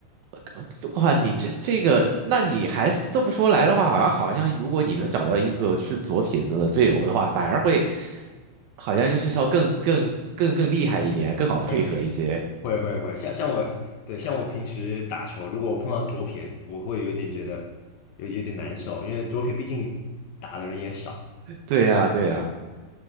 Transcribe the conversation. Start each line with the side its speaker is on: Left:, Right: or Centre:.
Right: 呃哇，你这这个，那你还是这么说来的话，好像好像，如果你能找到一个是左撇子的队友的话，反而会好像就是说更更更更厉害一点，更好配合一些。
Left: 会会会会，像像我对像我平时打球，如果我碰到左撇子，我会有一点觉得有有点难受，因为左撇毕竟打的人也少。
Right: 对呀，对呀，